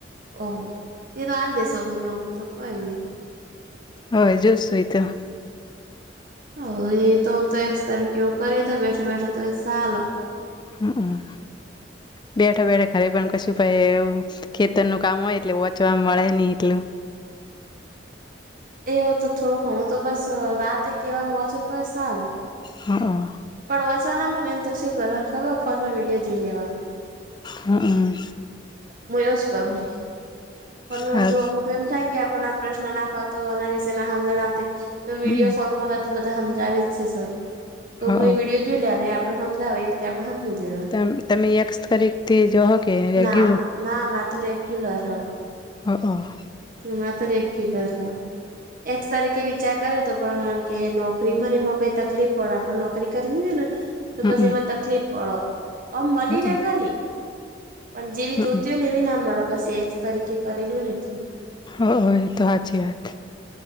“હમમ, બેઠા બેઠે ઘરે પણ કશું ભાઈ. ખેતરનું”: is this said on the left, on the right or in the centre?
Left